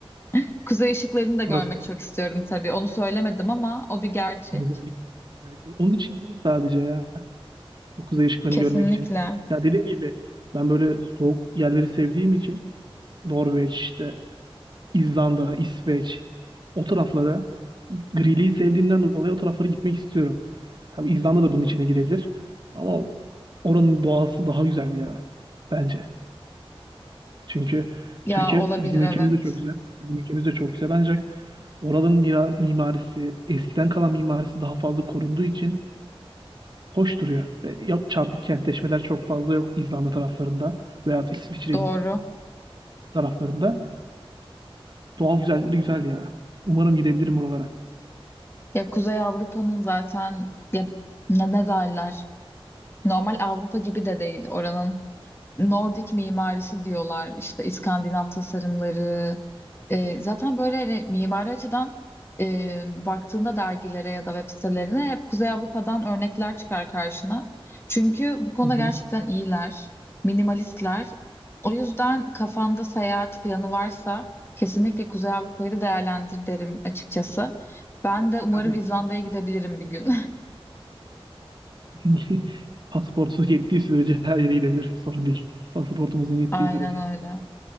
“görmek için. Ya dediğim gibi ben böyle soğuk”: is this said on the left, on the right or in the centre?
Right